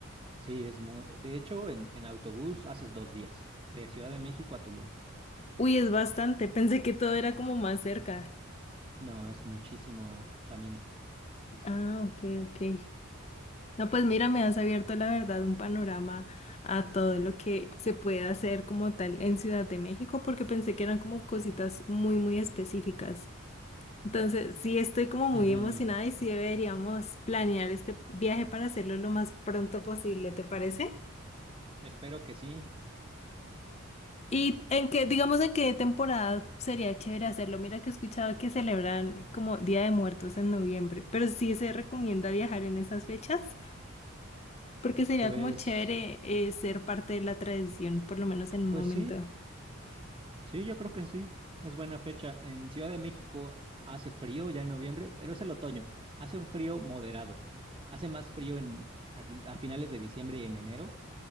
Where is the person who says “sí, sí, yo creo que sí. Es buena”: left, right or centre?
Right